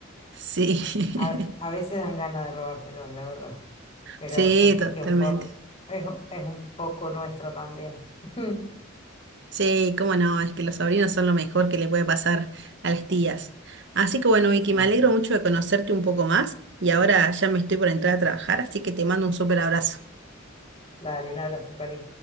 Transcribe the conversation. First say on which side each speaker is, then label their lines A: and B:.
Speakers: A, on the right; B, on the left.
A: sí, <laughs>
B: a, a veces dan ganas de robárselos, la verdad. Pero
A: sí,
B: sentís
A: totalmente.
B: que un poco, es, es un poco nuestro también. <laughs>
A: Sí, cómo no, es que los sobrinos son lo mejor que le puede pasar a las tías. Así que bueno, Vicky,
B: Sí.
A: me alegro mucho de conocerte un poco más y ahora ya me estoy por entrar a trabajar, así que te mando un súper abrazo.
B: Dale, un abrazo, París.